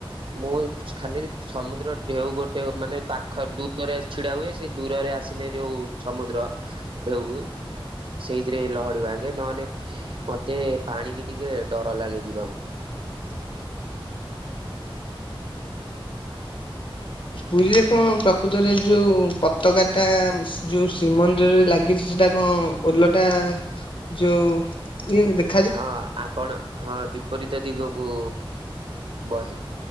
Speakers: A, on the right; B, on the left.
A: ମୁଁ ଖାଲି ସମୁଦ୍ର ଢେଉ ଗୋଟେ ମାନେ ପାଖ ଦୂରରେ ଛିଡା ହୁଏ। ସେଇ ଦୂରରେ ଆସିଲେ ଯୋଉ ସମୁଦ୍ର ଯାଗୁଲ ସେଇଥିରେ ଲହଡ଼ି ଭାଙ୍ଗେ ନହେଲେ ମତେ ପାଣିକି ଟିକେ ଡର ଲାଗେ ଯିବାକୁ।
B: ପୁରୀରେ କଣ ପ୍ରକୃତରେ ଯୋଉ ପତାକା ଟା ଯୋଉ ଶ୍ରୀମନ୍ଦିରରେ ଲାଗିଛି। ସେଟା କଣ ଓଲଟା ଯୋଉ ଇଏ ଦେଖ
A: ହଁ ଆପଣ ହଁ ବିପରୀତ ଦିଗକୁ ବହେ।